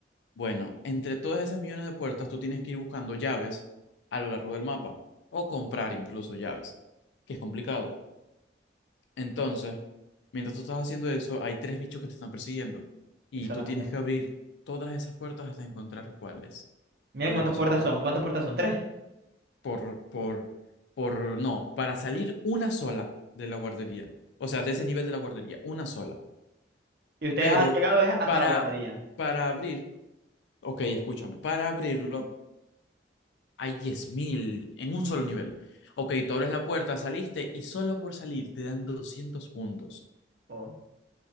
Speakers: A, on the left; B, on the right.
A: Bueno, entre todas esas millones de puertas, tú tienes que ir buscando llaves a lo largo del mapa o comprar incluso llaves, que es complicado. Entonces, mientras tú estás haciendo eso, hay tres bichos que te están persiguiendo y
B: Excelente.
A: tú tienes que abrir todas esas puertas hasta encontrar cuáles.
B: Miren
A: O de
B: cuántas
A: casualidad.
B: puertas son, cuántas puertas son, tres.
A: Por, por, por, no, para salir una sola de la guardería. O sea, de ese nivel de la guardería, una sola.
B: Y ustedes
A: Pero
B: han llegado eh, hasta
A: para,
B: la guardería.
A: para abrir, ok, escúchame, para abrirlo hay 10.000 en un solo nivel. Ok, tú abres la puerta, saliste y solo por salir te dan 200 puntos.
B: Oh,